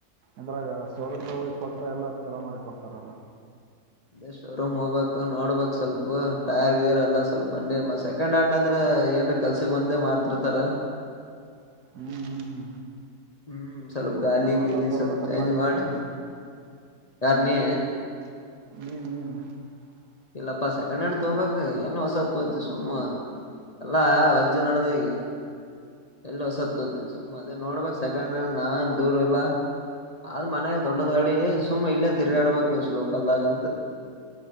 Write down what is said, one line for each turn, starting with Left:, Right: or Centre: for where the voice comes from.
Right: ಇದ್ರಾಗ ಶೋ ರೂಮ್ ದಾಗ ಕೊಟ್ರ ಎಲ್ಲ ಚಲೋ ಮಾಡಿ ಕೊಡ್ತಾರಲ್ಲ
Left: ಅ ಶೋರೂಮ್ ಹೋಗ್ಬೇಕಕ್ ನೋಡ್ಬೇಕಕ್ ಸ್ವಲ್ಪ ಟೈರ್ ಗೀರ್ ಎಲ್ಲಾ ಸ್ವಲ್ಪ ಕಿ ಸೆಕೆಂಡ್ ಹ್ಯಾಂಡ್ ಅಂದ್ರೆ ಏನ್ರ ಕೆಲ್ಸಕ್ ಬಂದೇ ಮಾಡ್ತಿರ್ತಾರ
Right: ಹ್ಮ್ ಹ್ಮ್
Left: ಹ್ಮ್ ಸ್ವಲ್ಪ ಗಾಲಿ
Right: ಏನ್ ಹೊಸಾದ್
Left: ಗೀಲಿ
Right: ತಗೋಬೇಕಂತ
Left: ಸ್ವಲ್ಪ ಚೇಂಜ್
Right: ಮಾಡಿದ್ಯಾ
Left: ಮಾಡಿ
Right: ಏನು
Left: ಯಾರ ನೀ
Right: <unintelligible>
Left: ಇಲ್ಲಪ್ಪಾ ಸೆಕೆಂಡ್ ಹ್ಯಾಂಡ್ ತಗಬೇಕು ಎನ್ ಹೊಸದ ತೋತಿ ಸುಮ್ಮು ಎಲ್ಲಾ ವಜ್ಜೆ ನಡ್ದ ಈಗ ಎಲ್ಲ ಹೊಸತ್ತುತಿ ಸುಮ್ ಅದೇ ನೋಡ್ಬೇಕಕ್ ಸೆಕೆಂಡ್ ಹಂಡ್ ನಾನ್ ದೂರ ಇಲ್ಲ ಆದ್ ಮನ್ಯಾಗ ದೊಡ್ಡದ್
Right: ಹ್ಮ್
Left: ಗಾಡಿ ಸುಮಮ್ಮ್ ಇಲ್ಲೇ ತಿರ್ಗಾಡ್ಬೇಕು್ಲೋಕಲ್ದಾಗಂತ